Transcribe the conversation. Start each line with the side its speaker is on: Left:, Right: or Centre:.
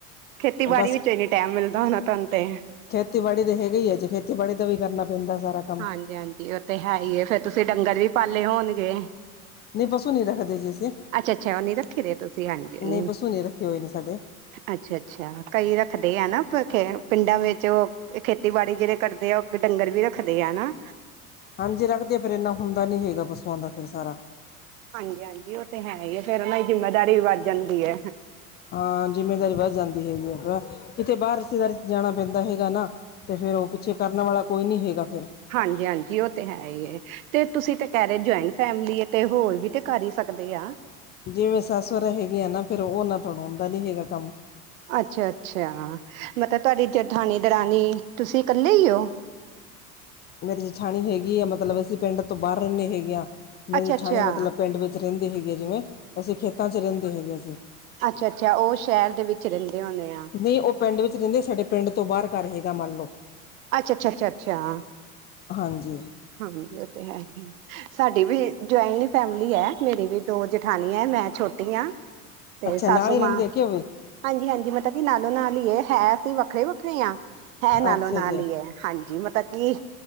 Right: ਖੇਤੀਬਾੜੀ
Left: ਬਸ
Right: ਵਿੱਚ ਈਨੇ ਟੈਮ ਮਿਲਦਾ ਹੋਣਾ ਤੁਹਾਨੂੰ ਤੇ
Left: ਖੇਤੀਬਾੜੀ ਤੇ ਹੈਗੇ ਈ ਏ ਜੇ ਖੇਤੀਬਾੜੀ ਦਾ ਵੀ ਕਰਨਾ ਪੈਂਦਾ ਸਾਰਾ ਕੰਮ
Right: ਹਾਂਜੀ, ਹਾਂਜੀ ਉਹ ਤੇ ਹੈ ਈ ਏ ਫੇਰ ਤੁਸੀਂ ਡੰਗਰ ਵੀ ਪਾਲੇ ਹੋਣਗੇ।
Left: ਨਹੀਂ ਪਸ਼ੂ ਨੀ ਰੱਖਦੇ ਜੀ ਅਸੀਂ।
Right: ਅੱਛਾ, ਅੱਛਾ ਉਹ ਨੀ ਰੱਖੇ ਰੇ ਤੁਸੀਂ ਹਾਂਜੀ
Left: ਨਹੀਂ
Right: ਨ
Left: ਪਸੂ ਨਹੀਂ ਰੱਖੇ ਹੋਏ ਨੇ ਸਾਡੇ
Right: ਅੱਛਾ, ਅੱਛਾ ਕਈ ਰੱਖਦੇ ਆ ਨਾ ਪਖੇ ਪਿੰਡਾ ਵਿੱਚ ਉਹ ਇਹ ਖੇਤੀਬਾੜੀ ਜਿਹੜੇ ਕਰਦੇ ਆ ਉਹ ਡੰਗਰ ਵੀ ਰੱਖਦੇ ਆ ਨਾ
Left: ਹਾਂਜੀ ਰੱਖਦੇ ਆ, ਪਰ ਇੰਨਾ ਹੁੰਦਾ ਨੀ ਹੈਗਾ ਪਸੂਆਂ ਦਾ ਫਿਰ ਸਾਰਾ
Right: ਹਾਂਜੀ, ਹਾਂਜੀ ਉਹ ਤੇ ਹੈ ਈ ਏ, ਫੇਰ ਉਹਨਾ ਦੀ ਜਿੰਮੇਦਾਰੀ ਵੀ ਵੱਧ ਜਾਂਦੀ ਏ।
Left: ਹਾਂ ਜਿੰਮੇਦਾਰੀ ਵੱਧ ਜਾਂਦੀ ਹੈਗੀ ਆ ਥੋਰਾ, ਕਿਤੇ ਬਾਹਰ ਰਿਸ਼ਤੇਦਾਰੀ ਜਾਣਾ ਪੈਂਦਾ ਹੈਗਾ ਨਾ। ਤੇ ਫਿਰ ਉਹ ਪਿੱਛੇ ਕਰਨ ਵਾਲਾ ਕੋਈ ਨੀ ਹੈਗਾ ਫਿਰ।
Right: ਹਾਂਜੀ, ਹਾਂਜੀ ਉਹ ਤੇ ਹੈਈਏ। ਤੇ ਤੁਸੀਂ ਤੇ ਕਹਿ ਰਹੇ ਜੁਆਇੰਨ ਫੈਮਿਲੀ ਏ ਤੇ ਹੋਰ ਵੀ ਤੇ ਕਰ ਈ ਸਕਦੇ ਆ।
Left: ਜਿਵੇ ਸੱਸ- ਸੋਰਾ ਹੈਗੇ ਆ ਨਾ ਫਿਰ ਉਨਾ ਥੋੜੋਂ ਹੁੰਦਾ ਨੀ ਹੈਗਾ ਕੰਮ।
Right: ਅੱਛਾ, ਅੱਛਾ ਮਤਲਬ ਤੁਹਾਡੀ ਜੇਠਾਣੀ- ਦਰਾਣੀ ਤੁਸੀਂ ਕੱਲੇ ਈ ਓ?
Left: ਮੇਰੀ ਜੇਠਾਣੀ ਹੈਗੀ ਏ ਮਤਲਬ ਅਸੀਂ ਪਿੰਡ ਤੋਂ ਬਾਰ ਰੇਨੈ ਹੈਗੇ ਆ। ਮੇਰੀ
Right: ਅੱਛਾ-ਅੱਛਾ,
Left: ਜਠਾਣੀ ਮਤਲਬ ਪਿੰਡ ਵਿੱਚ ਰਹਿੰਦੇ ਹੈਗੇ ਆਂ ਜਿਵੇਂ, ਅਸੀਂ ਖੇਤਾਂ 'ਚ ਰਹਿੰਦੇ ਹੈਗੇ ਆਂ ਅਸੀਂ
Right: ਅੱਛਾ, ਅੱਛਾ ਉਹ ਸ਼ਹਿਰ ਦੇ ਵਿੱਚ ਰੈਂਦੇ ਹੋਣੇ ਆ।
Left: ਨਹੀਂ ਉਹ ਪਿੰਡ ਵਿੱਚ ਰੈਂਦੇ, ਸਾਡੇ ਪਿੰਡ ਤੋਂ ਬਾਰ ਘਰ ਹੈਗਾ ਮੰਨ ਲਓ।
Right: ਅੱਛਾਛਛਛਛਛਆਂ
Left: ਹਾਂਜੀ।
Right: ਹਾਂਜੀ ਓ ਤੇ ਹੈ ਹੀ। ਸਾਡੀ ਵੀ ਜੁਆਇਨ ਫੈਮਿਲੀ ਏ, ਮੇਰੀ ਵੀ ਦੋ ਜਠਾਨੀ ਏ ਮੈ ਛੋਟੀ ਆਂ। ਤੇ
Left: ਅੱਛਾ
Right: ਸਾਸੂ
Left: ਨਾਲ ਹੀ ਰਹਿੰਦੇ
Right: ਮਾਂ
Left: ਆ ਕਿ ਉਹ ਵੀ
Right: ਹਾਂਜੀ, ਹਾਂਜੀ ਮਤਲਬ ਕੀ ਨਾਲੋਂ- ਨਾਲ ਈ ਏ ਹੈ ਅਸੀਂ ਵੱਖਰੇ- ਵੱਖਰੇ ਆਂ। ਹੈ ਨਾਲੋਂ-
Left: ਅੱਛਾ
Right: ਨਾਲ
Left: ਜੀ
Right: ਈ ਏ ਹਾਂਜੀ ਮੱਤਕੀ